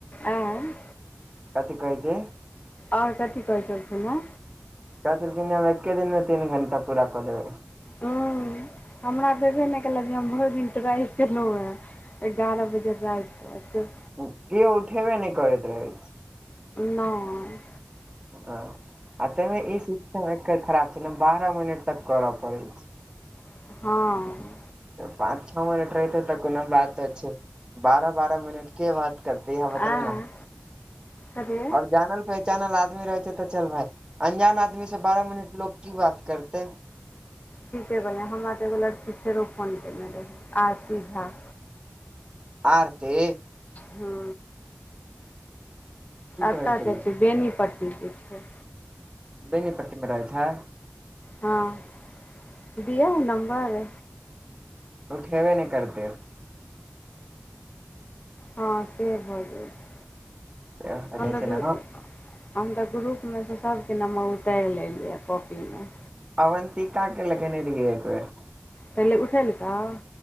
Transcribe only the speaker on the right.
कथी कहै छी
कहै छलखिन जे हम एके दिन मे तीन घंटा पूरा कऽ देबै
कियो उठेेबे ने नहि करैत रह‌ै
हँ आ ताहिमे ई शिक्षा एकर खराब छै ने बारह मिनट तक करय पड़ैत छै
पाँच छओ मिनट रहितै तऽ कोनो बात छै बारह बारह मिनट के बात करतेै य बताबे
ने आऔर
जानल पहिचानल आदमी रहै छै तऽ चल भाय अनजान आदमी से बारह मिनट लोक की बात करते
आरती
की
कहै छलै
बेनीपट्टी मे रहै छै
उठेबे नहि करतै
कहै
छै
न
अवंतिका के लगेने रहियै एक बेर